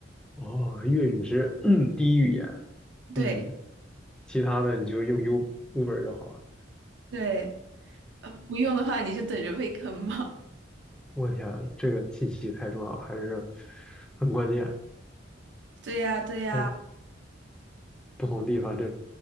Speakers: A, in the centre; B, on the right.
A: 哦，粤语是 <clears throat> 嗯第一语言，
B: 对
A: 嗯，其他的你就用 U Uber 就好了。
B: 对。呃，不用的话，你就等着被坑吧。
A: 我天，这个信息太重要，还是很关键。
B: <laughs> 对呀，对呀，
A: 哎，不同地方真